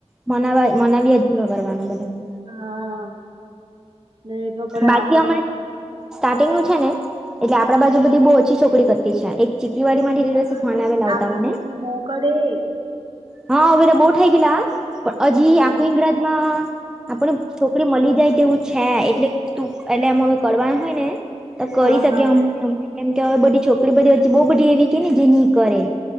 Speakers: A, in the centre; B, on the right (about 45°).
A: મનાવા મનાવી અજી વા કરવારનું બધાને
B: હા નહી તો પર
A: બાકી
B: આપડું
A: અમારે સ્ટાર્ટિંગનું છે ને એટલે આપડા બાજુ બધી બહુ ઓછી છોકરી કરતી છે. એક ચીકીવાડીમાંથી
B: ના
A: તે દિવસે ફોન આવેલા
B: આપડી
A: હતા મને.
B: સાઈડની બો કરે.
A: હા, <unintelligible> થઈ ગયેલા હા. પણ
B: બો
A: હજી
B: થઈ ગયેલા
A: આખી ઈંગરાજમાં આપણે છોકરી મલી જાય તેવું છે. એટલે, તું એટલે એમાં હવે કરવાનું હોયને તો કરી
B: હા
A: <unintelligible>
B: હા
A: કેમ કે હવે બધી છોકરી <unintelligible> બઉ બધી એવી છે ને જે ની કરે